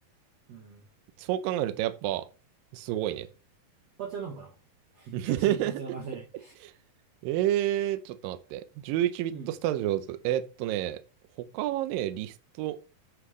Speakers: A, on the right; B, on the right.
A: うん。
B: そう考えるとやっぱ、すごいね。
A: 一発屋なのかな <laughs>
B: <laughs>
A: ガチで一発屋からせない。
B: えー、ちょっと待って。11ビットスタジオズ。
A: うん。
B: えーっとね、他はね、リスト、